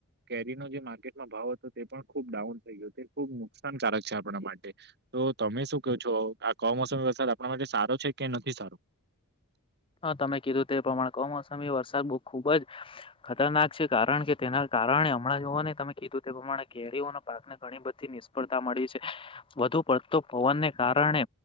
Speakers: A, on the right; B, on the left.
A: કેરીનો જે માર્કેટમાં ભાવ હતો તે પણ ખૂબ ડાઉન થઈ ગયો તે ખબ. નુકસાનકારક છે આપણા માટે તો તમે શું કહો છો આ કમોસમી વરસાદ આપણા માટે સારો છે કે નથી. <unintelligible>
B: હા તમે કીધું તે પ્રમાણે કમોસમી વરસાદ બહુ ખુબ જ ખતરનાક છે કારણ કે તેના. કારણે હમણાં જો નને તમે કીધું તે પ્રમાણે ઘેરીઓના પાકને ઘણી બધી નિષ્ફળતા મળી છે. વધ પડતો પવનને કારણે